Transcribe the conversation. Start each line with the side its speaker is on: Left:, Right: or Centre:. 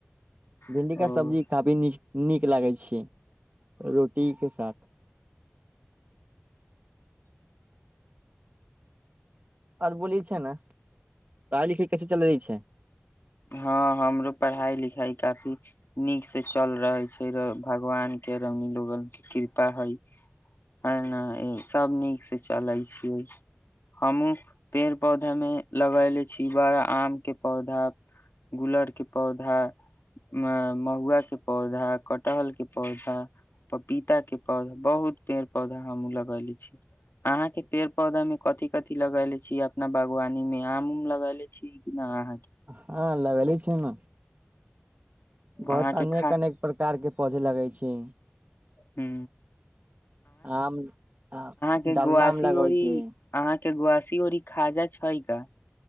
Right: भिंडी
Left: के ओ
Right: क सब्जी काफी नीच नीक लागै छी रोटीक के साथ आर बोली छै ने पढ़ाइ लिखई कैसे चलै छै
Left: हँ हमरो पढ़ाई लिखाई काफी नीक से चल रहय छैय। भगवान केरामी लोग कृपा होइ ह सभ नीकसँ चलै छियै हमहुँ पेड़ पौधामे लगले छी बड़ा आम के पौधा गुलड़ के पौधा अ म महुआ के पौधा कटहर के पौधा पपीता के पौधा बहुत पेड़ पौधा हम लगले छी अहाँके पेड़ पौधामे कथि कथि लगैले छी अपना बागवानी मे आम उम लगले छी कि नहि अहाँ? के
Right: ह लगैले छी न। बहुत
Left: अहाँ के
Right: अनेक
Left: खा
Right: अनेक प्रकारके पौधे लगै छैय।
Left: हू
Right: आम आ
Left: के
Right: डालमा
Left: गोआसी
Right: आम लगाबै
Left: ओरी
Right: छीयै।
Left: अहाँ के गुआसी ओरी खाजा छैय का?